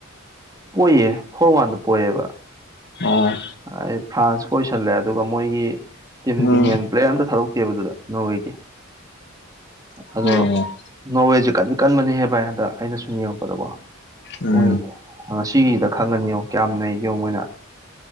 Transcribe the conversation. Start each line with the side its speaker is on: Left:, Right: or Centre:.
Right: ꯄꯣꯏꯌꯦ ꯐꯣꯔ ꯋꯥꯟꯗ ꯄꯣꯏꯑꯦꯕ
Left: ꯑꯣ
Right: ꯑꯩ ꯐ꯭ꯔꯥꯟꯁꯀ ꯑꯣꯏꯁꯜꯂꯦ ꯑꯗꯨꯒ ꯃꯣꯏꯒꯤ ꯇꯤꯝꯒꯤ
Left: ꯎꯝ
Right: ꯃꯦꯟ ꯄ꯭ꯂꯦꯌꯔ ꯑꯝꯇ ꯊꯛ ꯦꯕꯗꯨꯗ ꯅꯣꯋꯦꯒꯤ ꯑꯗꯣ
Left: ꯑꯣ
Right: ꯅꯣꯋꯦ ꯀꯗꯤ ꯀꯟꯕꯅꯦꯍꯦ ꯚꯥꯏ ꯍꯟꯗꯛ ꯑꯩꯅ ꯁꯨꯝ ꯌꯦꯡꯉꯛꯄꯗꯀꯣ
Left: ꯎꯝ
Right: ꯃꯣꯏ ꯉꯁꯤꯒꯤꯗ ꯈꯪꯒꯅꯤꯉꯣ ꯀꯌꯥꯝ ꯂꯩꯩꯒꯦꯣ ꯃꯣꯏꯅ